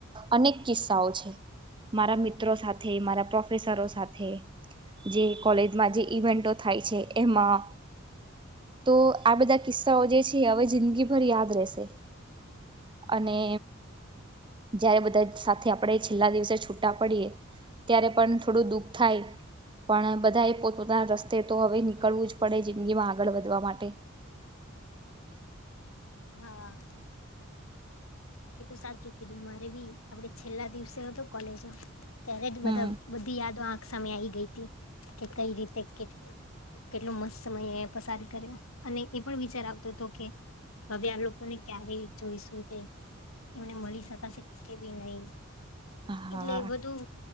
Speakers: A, on the right (about 25°); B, on the left (about 80°).
A: અનેક કિસ્સાઓ છે મારા મિત્રો સાથે મારા પ્રોફેસરો સાથે જે કોલેજમાં જે ઈવેન્ટો થાય છે એમાં તો આ બધા કિસ્સાઓ જે છે હવે જિંદગીભર યાદ રશે અને જયારે બધા સાથે આપણે છેલ્લા દિવસે છૂટા પડીએ. ત્યારે પણ થોડું દુઃખ થાય પણ બધા એ પોતપોતાના રસ્તે તો હવે નીકળવું જ પડે જિંદગી માં આગળ વધવા માટે.
B: હા. એ તો સાચું કીધું મારે બી આપડે છેલ્લા દિવસે હતો કોલેજ નો. ત્યારે જ
A: હમ
B: બધા બધી યાદો આખ સામે આવી ગઈ હતી કે કઈ રીતે કેટ કેટલો મસ્ત સમયે પસાર કર્યો અને એ પણ વિચાર આવતો હતો કે હવે આ લોકોને ક્યારે જોઈશું કે એમને મળી શકાશે કે બી નહી.
A: હા
B: એટલે બધું